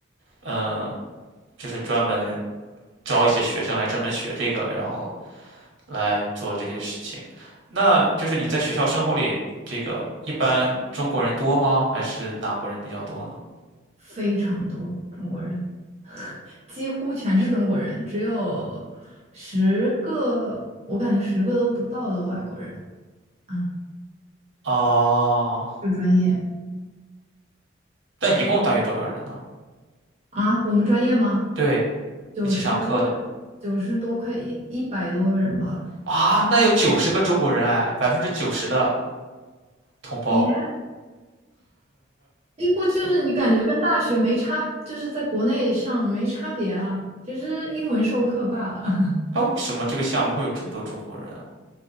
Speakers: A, on the right (about 80°); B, on the right (about 35°).
A: 嗯、就是专门招一些学生来专门学这个，然后来做这些事情。那就是你在学校生活里，这个一般中国人多吗？还是哪国人比较多呢？
B: 非常多中国人，几乎全是中国人，只有十个，我感觉十个都不到的外国人啊，
A: 哦，
B: 这个专业。
A: 但一共大约多少人呢？
B: 啊，我们专业吗？
A: 对，
B: 九十九十多快一一百多人吧，
A: 一起上课的啊，那有九十个中国人哎，百分之九十的同胞。
B: 也几乎就是你感觉跟大学没差，就是在国内上没差别啦，就是英文授课罢了。<laughs>
A: 啊，为什么这个项目会有这么多中国人啊